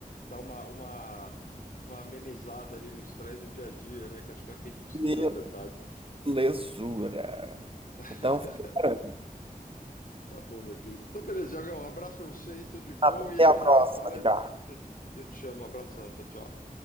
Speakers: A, on the left; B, on the right.
A: dar uma, uma, uma amenizada ali no estresse do dia a dia, né? Que acho que é o que a gente precisa,
B: leve.
A: na verdade.
B: Lesura.
A: <laughs>
B: Então, fica-
A: Tá bom, meu querido. Então, beleza, Iagão. Um abraço pra você aí, tudo de bom.
B: Até
A: E a
B: a
A: gente
B: próxima,
A: se fala.
B: Ricardo.
A: Eu, eu te chamo. Um abração. Tchau, tchau.